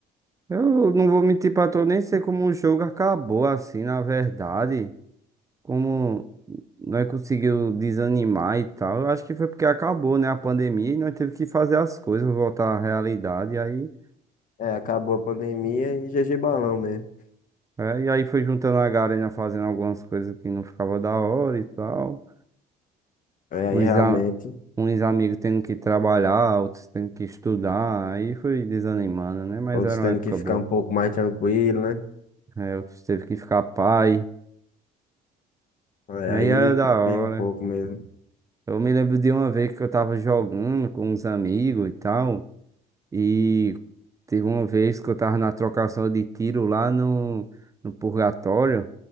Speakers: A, on the right (about 20°); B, on the left (about 50°).
A: Eu não vou mentir pra tu, eu nem sei como o jogo acabou assim, na verdade. como nós conseguiu desanimar e tal, eu acho que foi porque acabou, né, a pandemia e nós teve que fazer as coisas, voltar à realidade, e aí,
B: É, acabou a pandemia e GG Balão mesmo.
A: é, e aí foi juntando a galera fazendo algumas coisas que não ficava da hora e tal,
B: É, aí
A: uns,
B: realmente,
A: a- uns amigos tendo que trabalhar, outros tendo que estudar, aí foi desanimando, né, mas
B: outros
A: era
B: tendo
A: uma época
B: que ficar
A: boa,
B: um pouco mais tranquilo, né?
A: é, outros teve que ficar pai,
B: É,
A: e
B: aí
A: aí era da
B: complica
A: hora.
B: um pouco mesmo.
A: Eu me lembro de uma vez que eu tava jogando com uns amigos e tal. E teve uma vez que eu tava na trocação de tiro lá no, no purgatório.